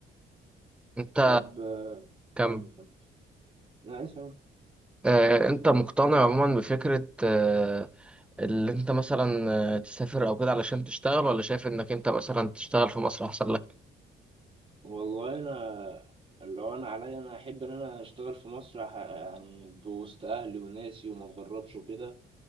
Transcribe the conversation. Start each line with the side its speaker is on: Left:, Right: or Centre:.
Centre: انت
Right: طب آه،
Centre: كم
Right: كمل كمل لا اسمع
Centre: آه، انت مقتنع عموما بفكره آه، اللي انت مثلا آه، تسافر او كده علشان تشتغل ولا شايف انك انت مثلا تشتغل في مصر احسن لك
Right: والله انا لو انا عليا انا احب ان انا اشتغل في مصر ح- يعني بوسط اهلي وناسي وما اتغربش وكده